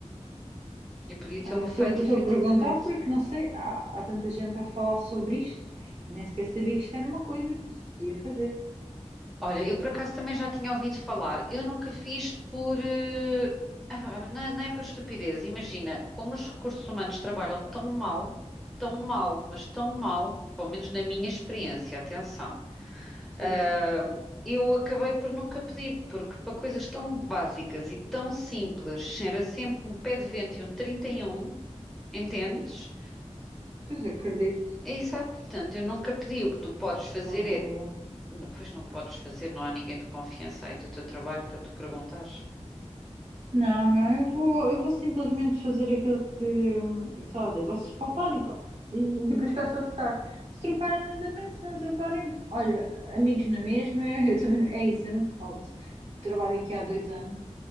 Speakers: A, in the centre; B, on the right.
A: E podia tê-lo
B: Ah,
A: feito,
B: Estou estou
A: efetivamente.
B: a perguntar porque não sei, há, há tanta gente a falar sobre isto e nem sequer sabia que isto era uma coisa que se podia fazer.
A: Olha, eu por acaso também já tinha ouvido falar. Eu nunca fiz por. eh, ah pá, Não, não é por estupidez. Imagina, como os recursos humanos trabalham tão mal, tão mal, mas tão mal, pelo menos na minha experiência, atenção,
B: Sim,
A: ah,
B: sim.
A: eu acabei por nunca pedir, porque para coisas tão básicas e tão simples, era sempre um pé de vento e um 31. entendes?
B: Pois acredito,
A: É exato, portanto, eu nunca pedi. O que tu podes fazer
B: não valeu.
A: é Não, Pois não podes fazer, não há ninguém de confiança aí do teu trabalho para tu perguntares.
B: Não, não, eu vou, eu vou simplesmente fazer aquilo que hum, eu estava a dizer, vou-se faltar e pronto. E, e depois peço para trocar. Se trocarem lindamente, se não trocarem, olha, amigos na mesma, <laughs> eu também, não- é isso, eu nunca falto. Trabalho aqui há dois anos.